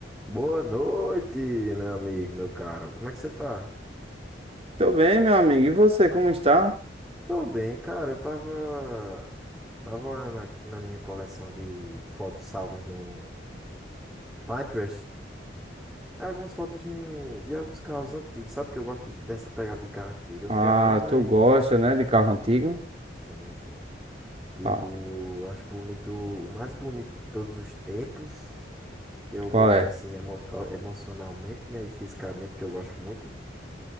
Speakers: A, in the centre; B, on the right.
A: Boa noite, meu amigo, meu caro. Como é que você tá?
B: Tô bem, meu amigo. E você, como está?
A: Tô bem, cara. Eu tava, tava olhando aqui na minha coleção de fotos salvas no Pinterest. É Algumas fotos de, de alguns carros antigos. Sabe que eu gosto de- dessa pegada de carro antigo? Eu
B: Ah,
A: não tenho não, mas
B: tu gosta, né, de carro antigo?
A: sim, sim. Tipo,
B: Ah,
A: eu acho bonito, o mais bonito de todos os tempos, que eu
B: qual
A: gosto
B: é?
A: assim emo- emocionalmente, né, e fisicamente, que eu gosto muito.